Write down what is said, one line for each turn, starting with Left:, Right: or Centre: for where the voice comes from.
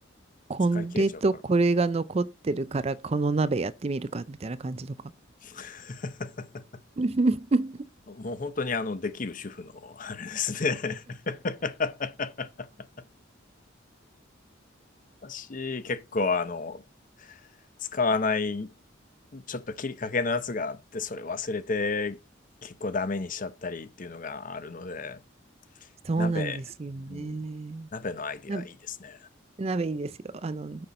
Right: これとこれが残ってるから、
Left: 使い切れちゃうから。
Right: この鍋やってみるか、みたいな感じとか。
Left: <laughs>
Right: <laughs>
Left: もう本当にあの、できる主婦の、あれですね。<laughs> 私、結構あの、使わないちょっと切りかけのやつがあって、それ忘れて結構ダメにしちゃったりっていうのがあるので、
Right: そうなんですよね。
Left: 鍋、うん、鍋のアイディアいいですね。
Right: な、鍋いいですよ。あの、